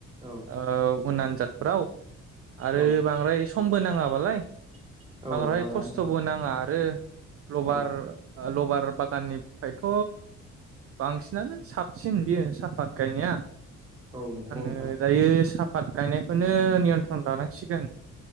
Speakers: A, on the right; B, on the right.
A: औ
B: ओ उन जाादफोराव आरो
A: औ
B: बांद्राय समबो नां नांङाबालाय
A: औ
B: बांद्राय
A: नाङा
B: खस्थबो
A: नोंथां
B: नांङा ओ लबार
A: औ
B: लबार लबार बागाननिफ्रायथ‌ बांसिनानो साबसिन बेयो साहाफात गायनाया
A: औ नंगौ
B: आंङो
A: नोंथां
B: दायो साब पाट गायनायखौनो नियन्त्रन लानांसिगोन